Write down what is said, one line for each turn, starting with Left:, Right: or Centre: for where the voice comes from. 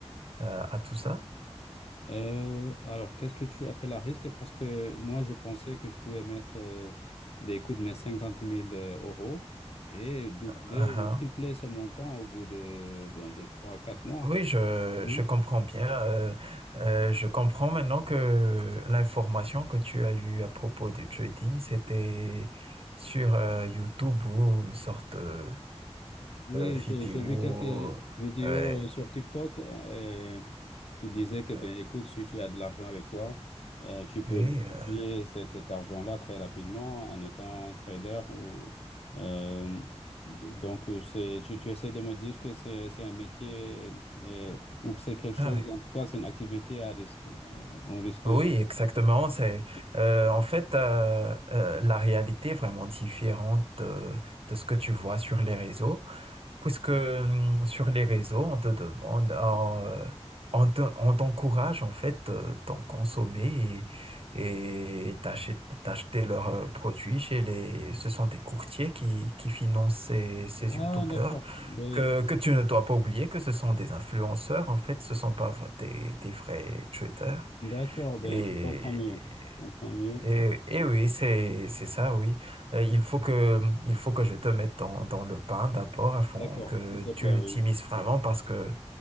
Right: euh, à tout ça.
Left: Euh, alors, qu'est-ce que tu appelles à risque? Parce que moi, je pensais que je pouvais mettre, euh, ben, écoute, mes cinquante mille euh, euros et doubler
Right: Uh-huh.
Left: ou tripler ce montant au bout de, bon, de 3 quatre mois.
Right: Oui, je,
Left: Non?
Right: je comprends bien. Euh, euh, je comprends maintenant que l'information que tu as eue à propos du trading, c'était sur euh, YouTube ou une sorte de
Left: Oui,
Right: vidéo.
Left: j'ai j'ai vu quelques vidéos
Right: Ouais.
Left: euh, sur TikTok euh, qui disaient que,
Right: Euh,
Left: ben, écoute, si tu as de l'argent avec toi, euh, tu peux
Right: oui,
Left: multiplier
Right: euh,
Left: cet, cet argent-là très rapidement en étant trader. ou- euh, donc, euh, c'est, tu, tu essaies de me dire que c'est, c'est un métier euh, ou que c'est quelque chose,
Right: ah ouais.
Left: en tout cas, c'est une activité à risque. Euh, On risque
Right: Oui, exactement. C'est
Left: oui.
Right: euh, en fait euh, euh, la réalité est vraiment différente de, de ce que tu vois sur les réseaux, puisque hum, sur les réseaux on te demande, euh, on te- on t'encourage en fait euh, d'en consommer et et d'acheter d'acheter leurs euh, produits chez les. Ce sont des courtiers qui qui financent ces ces
Left: Ah,
Right: youtubeurs
Left: d'accord. Ben,
Right: que, que tu ne dois pas oublier que ce sont des influenceurs, en fait, ce ne sont pas v- des, des vrais traders.
Left: d'accord, ben,
Right: Et,
Left: je comprends mieux. Je comprends mieux.
Right: et, et oui, c'est, c'est ça, oui. Euh, il faut que, il faut que je te mette dans, dans le pain d'abord afin
Left: D'accord,
Right: que
Left: s'il te plaît,
Right: tu
Left: oui.
Right: t'y mises vraiment parce que